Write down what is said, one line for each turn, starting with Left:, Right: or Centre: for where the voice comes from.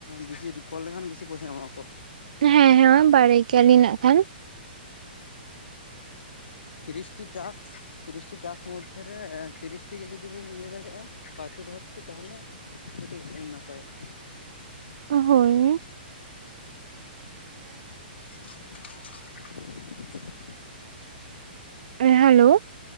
Left: ᱵᱮᱥᱤ ᱠᱚᱞ ᱞᱮᱱᱠᱷᱟᱱ ᱵᱤᱥᱤ ᱯᱚᱭᱥᱟ ᱮᱢᱚᱜᱼᱟᱠᱚ
Right: ᱦᱮᱸ ᱦᱮᱸ ᱵᱟᱲᱟᱭ ᱜᱮᱭᱟᱞᱤᱧ ᱱᱟᱜ ᱠᱷᱟᱱ
Left: ᱛᱤᱨᱤᱥᱴᱤ ᱴᱟᱥᱠ ᱛᱤᱨᱤᱥᱴᱤᱤ ᱴᱟᱥᱠ ᱢᱚᱫᱽᱫᱷᱮ ᱨᱮ ᱛᱤᱨᱤᱥᱴᱤ ᱜᱮ ᱡᱩᱫᱤ ᱵᱤᱱ ᱤᱭᱟᱹ ᱫᱟᱲᱮᱭᱟᱜᱼᱟ ᱯᱟᱸᱪᱩ ᱵᱷᱟᱵᱛᱮ ᱛᱟᱦᱚᱞᱮ ᱠᱟᱹᱴᱤᱡ ᱱᱟᱯᱟᱭᱚᱜᱼᱟ
Right: ᱚ ᱦᱳᱭ
Left: <inaudible>
Right: ᱦᱮᱞᱳ